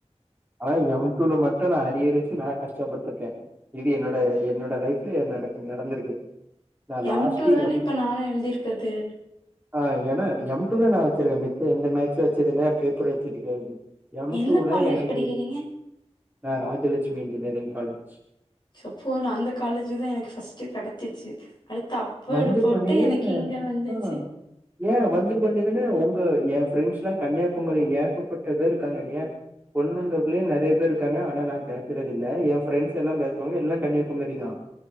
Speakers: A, on the right (about 15°); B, on the left (about 40°).
A: ஆனா எம் டூல மட்டும் நா அரியர் வச்சி நா கஷ்டப்பட்ருக்க இது என்னோட என்னோட லைஃப்ல நட நடந்திருக்கு நா
B: எம்
A: லாஸ்ட்டு
B: டு தான
A: எம்
B: இப்ப நானு எழுதிருக்குறது
A: ஆ எம எம் டூல நா வச்சிருக்க மித்த எந்த மேக்ஸ் வச்சிருந்த பேப்பர் வச்சதுக்கே எம்
B: எந்த
A: டூல
B: காலேஜ்
A: எனக்கு
B: படிக்கிறீங்க?
A: நா ராஜலட்சுமி இன்ஜினியரிங் காலேஜ்
B: ஸப்போ நா அந்த காலேஜ் தா எனக்கு ஃபர்ஸ்ட்டு கடச்சிச்சு அடுத்த அப் போர்டு
A: வந்து
B: போட்டு
A: கொண்டே
B: எனக்கு இங்க வந்துச்சு
A: ஆ ஏன் வந்துருக்க வேண்டியதான உங்க என் ஃப்ரெண்ட்ஸ்லாம் கன்னியாகுமரி ஏகப்பட்ட பேர் இருக்காங்க ஏன் பொண்ணுங்ககுல்லயே நெறைய பேர் இருக்காங்க ஆனா நா பேசுறதில்ல என் ஃப்ரண்டஸ் எல்லா பேசுவாங்க எல்லா கன்னியாகுமரி தான்